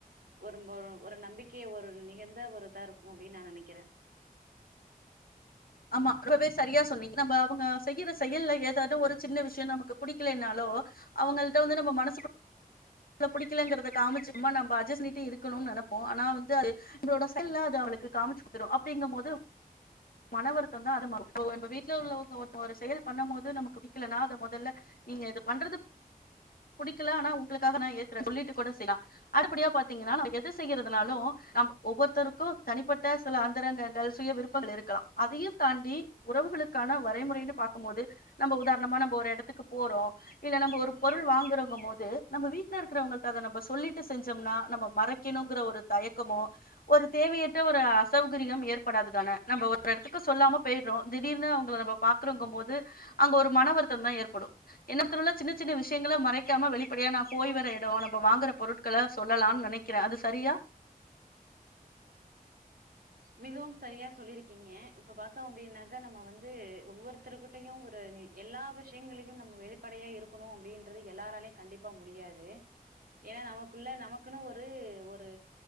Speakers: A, on the right; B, on the left.
A: ஒரு ஒரு நம்பிக்கைய ஒரு மிகந்த ஒரு இதா இருக்கு அப்டின்னு நா நெனைக்கிறே
B: ஆமா ரொம்பவே சரியா சொன்னீங்க நம்ம அவங்க செய்யற செயல்ல ஏதாவது ஒரு சின்ன விஷயோ நமக்கு புடிக்கலனாலோ அவங்கள்ட்ட வந்து நம்ம மனசு <unintelligible> புடிக்கலங்கிறத காமிச்சுோமா நம்ம அட்ஜஸ்ட் பண்ணிட்டே இருக்கணும்னு நெனைப்போ ஆனா வந்து அது நமளோட செயல்லல அது அவளுக்கு காமிச்சு குடுத்துரு அப்டிங்கும் போது மன வருத்தம் தா அது <unintelligible> வீட்டுல உள்ளவங்க ஒரு செயல் பண்ணும் போது நமக்கு புடிக்கலனா அத மொதல்ல நீங்க இது பண்றது புடிக்கல ஆனா உங்களுக்காக நா ஏக்குறே சொல்லிட்டு கூட செய்யலா அடிப்படியா பாத்தீங்கன்னா ந எத செய்யறதுனாலு நம்ம ஒவ்வொருத்தருக்கு தனிப்பட்ட சில அந்தரங்கங்கள் சுய விருப்பங்கள் இருக்கலா அதையு தாண்டி உறவுகளுக்கான வரைமுறைையன்னு பாக்க போது நம்ம உதாரணமா நம்ம ஒரு இடத்துக்கு போறோம் இல்ல நம்ம ஒரு பொருள் வாங்குறவங்க போது நம்ம வீட்டுல இருக்கிறவங்கள்ட அத நம்ம சொல்லிட்டு செஞ்சோம்னா நம்ம மறைக்கணுங்கிற ஒரு தயக்கமோ ஒரு தேவையற்ற ஒரு அசோகரியம் ஏற்படாதுதானே நம்ம ஒரு எடத்துக்கு சொல்லாம போயிடுறோ திடீர்னு அவங்கள நம்ம பாக்குறோங்கும் போது அங்க ஒரு மன வருத்த தா ஏற்படு என்ன <unintelligible> உள்ள சின்ன சின்ன விஷயங்க மறைக்காம வெளிப்படையா நா போய் வர இடோ நம்ம வாங்குற பொருட்களை சொல்லலாம்னு நெனைக்கிறே அது சரியா
A: மிகவும் சரியா சொல்லிருக்கீங்க இப்ப பாத்தோ அப்டின்னாக்கா நம்ம வந்து ஒவ்வொருத்தருர்கிட்டையு ஒரு எல்லா விஷயங்களையு நம்ம வெளிப்படையா இருக்கணு அப்டின்றது எல்லாராலயு கண்டிப்பா முடியாது ஏன்னா நமக்குள்ள நமக்குன்னு ஒரு ஒரு